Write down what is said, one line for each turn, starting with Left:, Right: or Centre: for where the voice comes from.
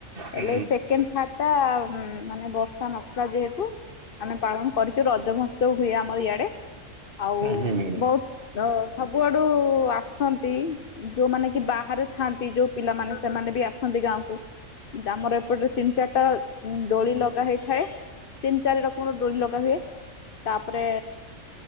Right: ହୁଁ
Left: ହେଲେ ସେକେଣ୍ଡ ଥାର୍ଡଟା ମାନେ ବର୍ଷା ନଥିଲା ଯେହେତୁ ଆମେ ପାଳନ କରିଚୁ ରଜ ମହୋତ୍ସବ ହୁଏ ଆମର ଇଆଡେ ଆଉ
Right: ହୁଁ ହୁଁ ହୁଁ
Left: ବହୁ ତ ସବୁଆଡୁ ଆସନ୍ତି ଯୋଉମାନେ କି ବାହାରେ ଥାଆନ୍ତି ଯୋଉ ପିଲାମାନେ ସେମାନେ ବି ଆସନ୍ତି ଗାଁ କୁ ଆମର ଏପଟରେ ତିନି ଚାରିଟା ଦୋଳି ଲଗା ହେଇଥାଏ ତିନି ଚାରି ରକମର ଦୋଳି ଲଗା ହୁଏ ତାପରେ